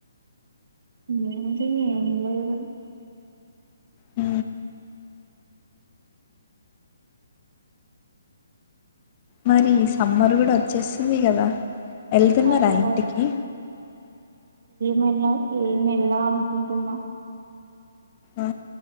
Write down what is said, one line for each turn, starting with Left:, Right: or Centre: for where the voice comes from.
Right: ఏవుందీ, ఏంలేదు.
Left: అ మరీ సమ్మర్ గుడా వచ్చేస్తుంది కదా. ఎల్తన్నారా
Right: అవును
Left: ఇంటికి?
Right: మెల్ల ఏమెల్లా అనుకుంటున్నా.
Left: ఆ